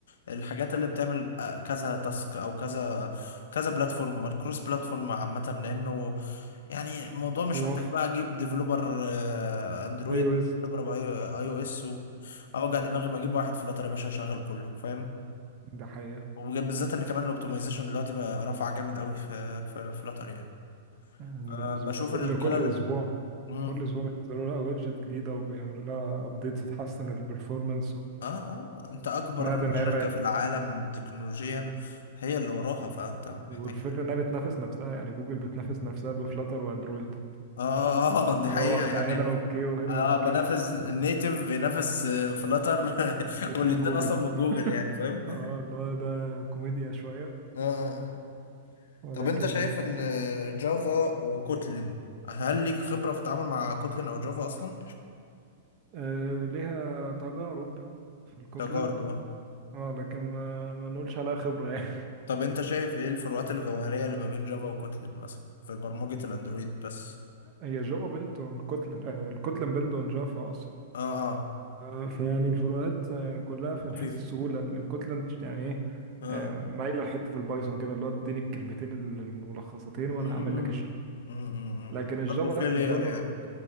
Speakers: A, on the left; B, on the right.
A: الحاجات اللي بتعمل آه، كذا تاسك او كذا كذا بلاتفورم الكروس بلاتفورم عامة لانه يعني الموضوع مش
B: بيوفر
A: محتاج بقى اجيب ديفلوبر اندرويد
B: اي او اس
A: ديفلوبر اي او اس اوجع دماغي ما اجيب واحد فلاتر يا باشا يشغل كله فاهم
B: ده حقيقة
A: وبالذات ان كمان الاوبتمايزيشن دلوقتي بقى رافع جامد قوي في في فلاتر يعني
B: مم،
A: آه،
B: ده مظبوط
A: بشوف
B: كل
A: الرجاله
B: كل
A: اللي
B: اسبوع
A: مم.
B: كل اسبوع بينزلوا لها ويدجت جديدة وبيعملوا لها ابديتس تحسن البرفورمانس
A: اه اه انت اكبر
B: سمعت ان
A: شركة
B: هي بقت
A: في العالم تكنولوجيا هي اللي وراها فانت محتاج
B: والفكرة
A: ايه
B: انها بتنافس نفسها يعني جوجل بتنافس نفسها بفلاتر واندرويد
A: اه اه آه، دي
B: اللي
A: حقيقة
B: هو احنا
A: يعني
B: هنا اوكي وهنا
A: اه
B: اوكي
A: بنافس النيتف بينافس فلاتر <laughs>
B: الاتنين
A: والاتنين
B: جوجل
A: اصلا من جوجل يعني فاهم اه
B: اه اللي هو ده كوميديا شوية
A: آه، آه.
B: ولكن
A: طب انت شايف ان جافا وكوتلين هل ليك خبرة في التعامل مع كوتلين او جافا اصلا
B: آه ليها تجارب في الكوتلن
A: تجارب
B: اه لكن ما ما نقولش عليها خبرة يعني
A: طب انت شايف ايه الفروقات الجوهرية اللي ما بين جافا وكوتلين مثلا في برمجة الاندرويد بس
B: <laughs> هي جافا بيلد اون كوتلن آه الكوتلن بيلد اون جافا اقصد
A: اه اه
B: آه فيعني الفروقات آه كلها في
A: لطيف
B: حيث السهولة ان الكوتلن يعني ايه
A: اه
B: آه،
A: آه.
B: مايله لحته البايثون كده اللي هو اديني الكلمتين الملخصتين وانا
A: امم
B: اعمل لك
A: امم
B: لكن الجافا
A: برضه
B: لا
A: فيها لاير
B: الجافا
A: يعني